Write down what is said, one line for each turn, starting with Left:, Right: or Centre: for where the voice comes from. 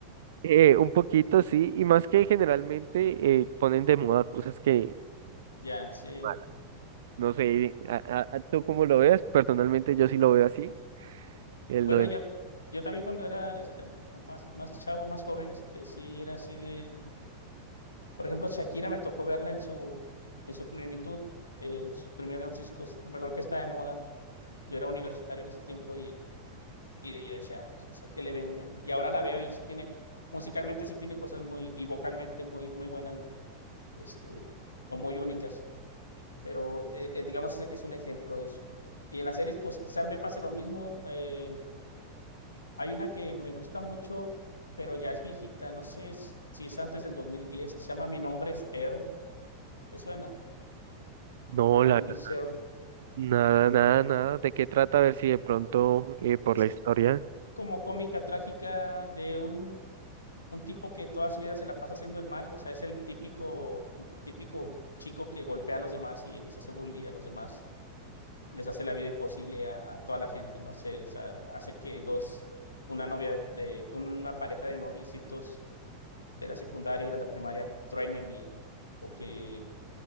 Right: Eh, un poquito, sí, y más que generalmente eh, ponen de moda cosas que,
Left: Ya, sí.
Right: malas no sé, a, a- a tú cómo lo veas, personalmente yo sí lo veo así, el
Left: Bueno,
Right: lo de-
Left: yo, yo también cuando era este, más, más chavo, más joven, este, sí era así de, por ejemplo, Shakira me tocó verla en su, en su plenitud, eh, en sus primeros discos. y Me acuerdo que estaba de moda. Yo era universitario en ese tiempo y Y de- yo decía, "Ay, o sea, ¿qué le ven? vean?". Y ahora la veo y sí tiene, musicalmente sí tiene cosas muy, y vocalmente muy, muy buenas, ¿no? Este, o muy únicas. Pero eh, eh, digamos, es es un ejemplo de eso. Y en las series, pues quizás me pase lo mismo. Eh, hay una que me gusta mucho, pero ya es viejita, no sé si si es antes del 2010, que se llama Mi nombre es Earl. ¿Te suena?
Right: No,
Left: My
Right: la
Left: name
Right: verdad,
Left: is Earl.
Right: nada, nada, nada, ¿de qué trata? A ver si de pronto eh, por
Left: Es
Right: la historia.
Left: como cómica trágica de un un tipo que toda su vida se la pasa haciendo el mal, o sea, es el típico, el típico chico que golpea a los demás y les hace bullying a los demás, les hace la vida imposible a, a toda la gente, no sé, o sea, hace que dos, una novia de, una pareja de noviecitos de la secundaria o de la primaria truenen y, o que,